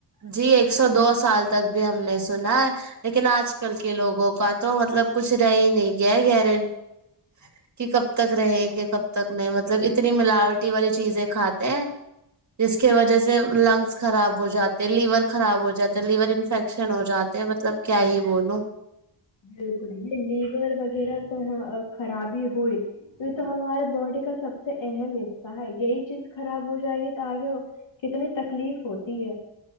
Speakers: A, on the right; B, on the left.
A: جی ایک سو دو سال تک بھی ہم نے سنا ہے لیکن آج کل کے لوگوں کا تو مطلب کچھ رہ ہی نہیں گیا گارن کہ کب تک رہیں گے کب تک نہیں مطلب اتنی ملاوٹی والی چیزیں کھاتے ہیں جس کی وجہ سے لنگس خراب ہو جاتے لیور خراب ہو جاتے لیور انفیکشن ہو جاتے ہیں مطلب کیا ہی بولوں
B: بالکل یہ لیور وغیرہ خرابی ہوئی یہ تو ہمارے باڈی کا سب سے اہم حصہ ہے یہی چیز خراب ہو جائے گی تو آگے وہ کتنی تکلیف ہوتی ہے